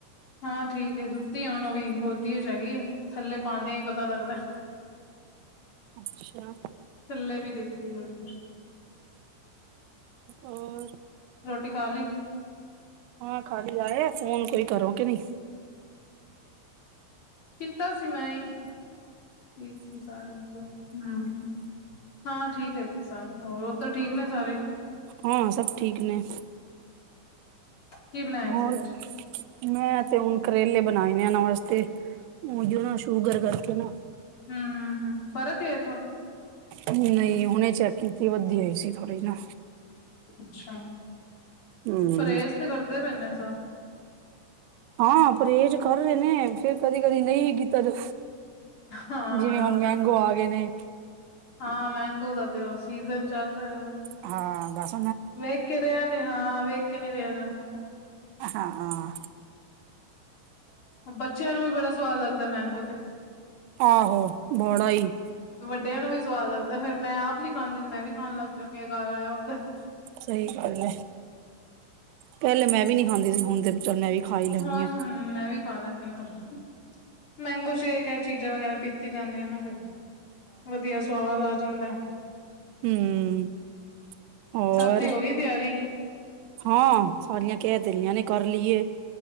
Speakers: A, on the left; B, on the right.
A: ਹਾਂ, ਠੀਕ ਸੁੱਤੀ ਆਉਣ ਵੀ ਬਹੁਤੀਆ ਤੇਜ ਹੈਗੀ ਆ ਥੱਲੇ ਪਾਉਂਦਿਆਂ ਹੀ ਪਤਾ ਲੱਗਦਾ।
B: ਅੱਛਾ
A: ਥੱਲੇ ਨੀ ਦਿੱਖਦੀ। ਬੜੀ ਮੁੀ
B: ਹੋਰ
A: ਪਕਾ ਲੀ।
B: ਹਾਂ, ਖਾਲੀ ਆਏ ਆ, ਫੋਨ ਕੋਈ ਕਰੋ ਕਿ ਨਹੀਂ
A: ਕੀਤਾ ਸੀ। ਮੈਂ ਠੀਕ ਸੀ ਸਾਰੇ ।ਹਮ ਹਾਂ, ਠੀਕ ਹੈ ।ਜੀ ਸਾਰੇ ਹੋਰ ਉਹ ਤਾਂ ਠੀਕ ਨੇ ਸਾਰੇ
B: ਹਾਂ, ਸਭ ਠੀਕ ਨੇ
A: ਕੀ ਬਣਾਇਆ
B: ਹੋਰ,
A: ਸੀ ਅੱਜ
B: ਮੈਂ ਤੇ ਹੁਣ ਕਰੇਲੇ ਬਣਾਏ। ਹਆ ਨਮਸਤੇ, ਉਹ ਜੋ ਨਾ ਸ਼ੂਗਰ ਕਰਕੇ ਨਾ
A: ਹਮ- ਹਮ-ਹਮ ਫਰਕ ਹੈ।
B: ਨਹੀਂ ਹੁਨੇ ਚੈੱਕ ਕੀਤੀ ਵੱਧਦੀ ਹੋਈ ਸੀ। ਥੋੜ੍ਹੀ ਨਾ
A: ਅੱਛਾ।
B: ਹਮ
A: ਪਰਹੇਜ਼ ਤੇ ਕਰਦੇ ਪੈਂਦੇ <unintelligible>
B: ਹਾਂ, ਪਰਹੇਜ਼ ਕਰ ਰਹੇ ਨੇ ਫੇਰ ਕਦੀ- ਕਦੀ ਨਹੀਂ ਸੀ ਕੀਤਾ ਜਾ
A: ਹਾਂ
B: ਜਿਵੇਂ ਹੁਣ
A: ਹੋ ਜਾਂਦਾ
B: ਮੈਂਗੋ ਆ ਗਏ ਨੇ
A: ਹਾਂ, ਮੈਂਗੋ ਦਾ ਤੇ ਉਹ ਸੀਜਨ ਚੱਲ ਰਿਹਾ
B: ਹਾਂ, ਬੱਸ
A: ਵੇਖ ਕੇ ਰਿਹਾ ਨੇ ਹਾਂ ਵੇਖ ਕੇ ਨਹੀਂ ਰਿਆ ਜਾਂਦਾ-
B: ਹਾਂ-ਹਾਂ।
A: ਬੱਚਿਆਂ ਨੂੰ ਵੀ ਬੜਾ ਸਵਾਦ ਲੱਗਦਾ ਮੈਂਗੋ ਤੇ
B: ਆਹੋ ਬੋਡਾ ਈ।
A: ਇਹਨੂੰ ਵੀ ਸਵਾਦ ਲੱਗਦਾ ਫਿਰ ਮੈਂ ਆਪ ਨਹੀਂ ਖਾਂਦੀ ਸੀ ਮੈਂ ਵੀ ਖਾਣ ਲੱਗ ਜਾਣੀ ਆ ਘਰ ਆਇਆ ਹੁੰਦਾ
B: ਸਹੀ ਗੱਲ ਏ। ਪਹਿਲੇ ਮੈਂ ਵੀ ਨਹੀਂ ਖਾਂਦੀ ਸੀ ਹੁਣ ਤੇ ਚਲ ਮੈਂ ਵੀ ਖਾ ਹੀ ਲੈਂਦੀ
A: ਹੁਣ ਹ ਮੈਂ ਵੀ ਕਾ ਲਦੀ ਹ। ਮੈਂਗੋ ਸ਼ੇਕ ਏਹ ਚੀਜ਼ਾਂ ਵਗੈਰਾ ਪੀਤੀ ਜਾਂਦੀਆਂ ਨਾ ਫੇਰ। ਵਧੀਆ ਸਵਾਦ ਆ ਜਾਂਦਾ।
B: ਹੁੰ ਹੋਰ
A: ਸਭ ਦੀ ਹੋ ਗਈ ਤਿਆਰੀ
B: ਹਾਂ ਸਾਰੀਆਂ ਕਹਿ ਤੇ ਰੀਹੀਆਂ ਨੇ ਕਰ ਲਈਏ।